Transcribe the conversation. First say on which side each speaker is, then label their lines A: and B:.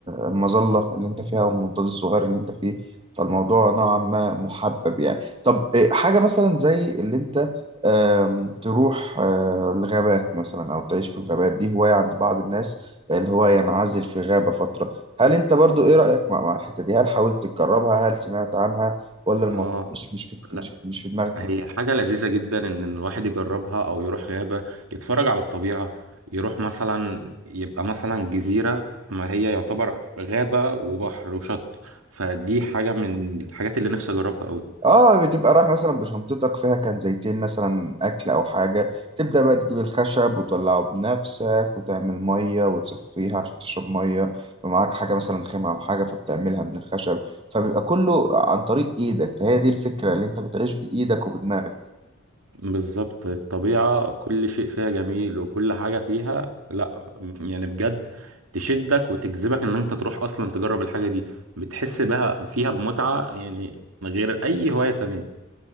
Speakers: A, on the right; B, on the right.
A: المظلة اللي أنت فيها والمنطاد الصغير اللي أنت فيه فالموضوع نوعا ما محبب يعني طب إيه، حاجة مثلا زي اللي أنت آم، تروح آه، الغابات مثلا أو تعيش في الغابات دي هواية عند بعض الناس اللي هو ينعزل في غابة فترة هل أنت برضو إيه رأيك مع مع الحتة دي هل حاولت تجربها هل سمعت عنها ولا الموضوع
B: اه
A: مش مش في
B: لا،
A: مش مش في دماغك
B: هي حاجة لذيذة جدا إن الواحد يجربها أو يروح غابة يتفرج على الطبيعة يروح مثلا يبقى مثلا جزيرة ما هي يعتبر غابة وبحر وشط فدي حاجة من الحاجات اللي نفسي أجربها أوي
A: اه بتبقى رايح مثلا بشنطتك فيها كان زيتين مثلا اكل او حاجه تبدا بقى تجيب الخشب وتولعه بنفسك وتعمل ميه وتصفيها عشان تشرب ميه يبقى معاك حاجه مثلا خامه او حاجه فبتعملها من الخشب فبيبقى كله عن طريق ايدك فهي دي الفكره اللي انت بتعيش بايدك وبدماغك
B: بالظبط الطبيعة كل شيء فيها جميل وكل حاجة فيها لأ يعني بجد تشدك وتجذبك إن أنت تروح أصلا تجرب الحاجة دي بتحس بها فيها بمتعة يعني غير أي هواية تانية